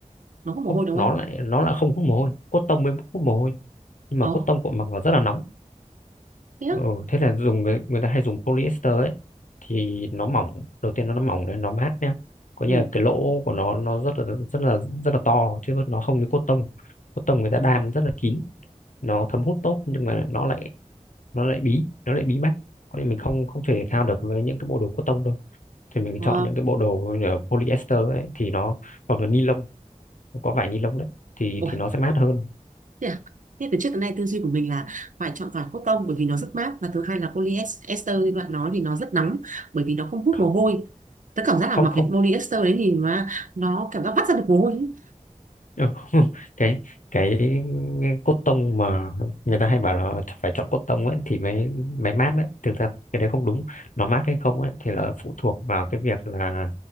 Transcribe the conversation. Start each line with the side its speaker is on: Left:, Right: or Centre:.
Right: nó hút
Left: không
Right: mồ hôi đúng
Left: nó
Right: không
Left: lại nó lại không hút mồ hôi cotton mới hút mồ hôi nhưng
Right: ờ
Left: mà cotton cũng mặc vào rất là nóng
Right: thế á.
Left: Ồ, thế là dùng người, người ta hay dùng polyester ấy thì nó mỏng đầu tiên nó nó mỏng đấy nó mát nhá có
Right: Ừ.
Left: nghĩa là cái lỗ của nó nó rất là rất là rất là to chứ nó không như cốt tông cốt tông người ta đan rất là kín nó thấm hút tốt nhưng mà nó lại nó lại bí nó lại bí mắt có nên mình không không chơi thể thao được với những cái bộ đồ cốt tông đâu thì mình
Right: Ờ,
Left: chọn những cái bộ đồ như là polyester ấy, thì nó hoặc là ni lông có vải ni lông đấy thì
Right: Ủa,
Left: thì nó sẽ mát hơn
Right: thế à? Thế từ trước tới nay tư duy của mình là phải chọn vải cotton bởi vì nó rất mát và thứ hai là polyester như bạn nói thì nó rất nóng bởi vì nó không hút
Left: không
Right: mồ hôi. Tớ cảm giác là
Left: không
Right: mặc
Left: không
Right: cái polyester đấy thì mà nó cảm giác vắt ra được mồ hôi ấy.
Left: Ừ, <laughs> cái cái cốt tông mà người ta hay bảo là phải chọn cốt tông ấy thì mới mới mát đấy thực ra cái đấy không đúng nó mát hay không ấy thì là phụ thuộc vào cái việc là